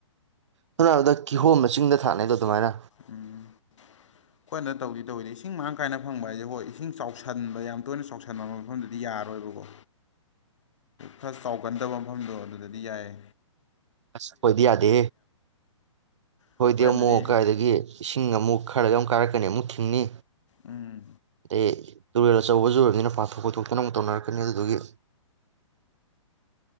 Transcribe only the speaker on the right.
ꯁꯅꯥꯔꯕꯗ ꯀꯤꯍꯣꯝ ꯃ ꯆꯤꯡꯗ ꯊꯥꯛꯅꯩꯗꯣ ꯑꯗꯨꯃꯥꯏꯅ
ꯑꯁ ꯍꯣꯏꯗꯤ ꯌꯥꯗꯦ ꯍꯣꯏꯗꯦ
ꯑꯃꯨꯛ ꯀꯥꯏꯗꯒꯤ ꯈꯤꯤꯡ ꯑꯃꯨꯛ ꯈꯔꯗ ꯌꯥꯝ ꯀꯥꯔꯛꯀꯅꯤ ꯑꯃꯨꯛ ꯈꯤꯤꯡꯅꯤ
ꯎꯝ ꯇꯨꯔꯦꯜ ꯑꯆꯧꯕꯁꯨ ꯑꯣꯏꯔꯕꯅꯤꯅ ꯄꯥꯊꯣꯛ ꯄꯨꯣꯊꯣꯛꯇꯅ ꯑꯃꯨꯛ ꯇꯧꯅꯔꯛꯀꯅꯤ ꯑꯗꯨꯗꯒꯤ